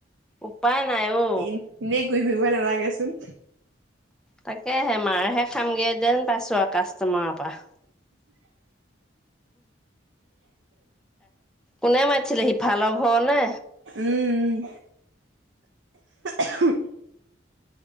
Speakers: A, in the centre; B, on the right.
A: উপায় নাই অ
B: ইনে ঘুৰি ফুৰিব নালাগে চোন
A: তাকেহে মাৰহে খামগে যেন পাইছো আৰু কাষ্টোমাৰৰ পৰা কোনে মাতিছিলে সি ফালৰ ঘৰ নে
B: উম উম <inaudible> উ উ